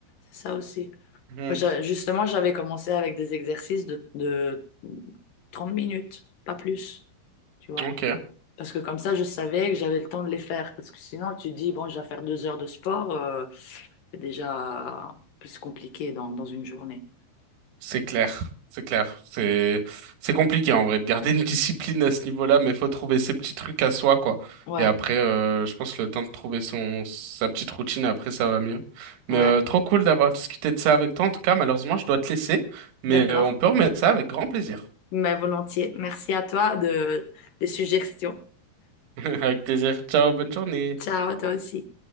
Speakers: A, on the left; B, on the right.
A: C'est ça aussi.
B: hmm,
A: Moi, j'a- justement, j'avais commencé avec des exercices de, de 30 minutes, pas plus, tu vois.
B: ok.
A: Parce que comme ça, je savais que j'avais le temps de les faire. Parce que sinon, tu dis, bon, je vais faire deux heures de sport, euh, c'est déjà plus compliqué dans, dans une journée.
B: C'est clair, c'est clair. C'est c'est compliqué en vrai de garder une <laughs> discipline à ce niveau-là, mais faut trouver ses petits trucs à soi, quoi.
A: Ouais,
B: Et après, euh, je pense le temps de trouver son sa petite routine, après ça va mieux.
A: ouais,
B: Mais euh, trop cool d'avoir discuté de ça avec toi. En tout cas, malheureusement, je dois te laisser, mais
A: d'accord.
B: euh, on peut remettre ça avec grand plaisir.
A: Mais volontiers. Merci à toi de, des suggestions.
B: <laughs> Avec plaisir. Ciao, bonne journée.
A: Ciao, à toi aussi.